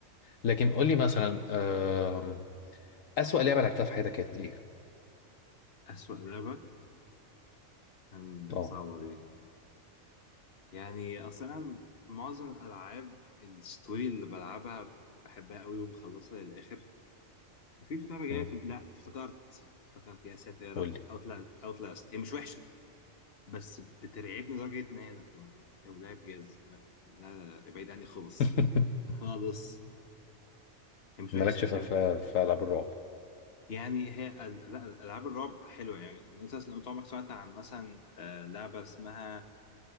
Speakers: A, on the left; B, on the left.
A: لكن قول لي مثلا آه اسوأ لعبة لعبتها في حياتك كانت ايه
B: اسوأ لعبة مم،
A: اه
B: صعبة دي يعني اصلا انا معظم الالعاب الستوري اللي بلعبها بحبها قوي وبخلصها للاخر مفيش لعبة جاية
A: مم،
B: في لا افتكرت افتكرت يا ساتر يا رب
A: قول لي
B: اوتلا اوتلاست هي مش وحشة بس بترعبني لدرجة ان هي لا ما- لو لعب جاز ما- لا لا لا، ابعد عني خالص
A: <laughs>
B: خالص هي مش
A: مالكش
B: وحشة بس
A: في في في العاب الرعب
B: يعني هي ال- لا العاب الرعب حلوه يعني انت لو انت عمرك سمعت عن مثلا آه، لعبه اسمها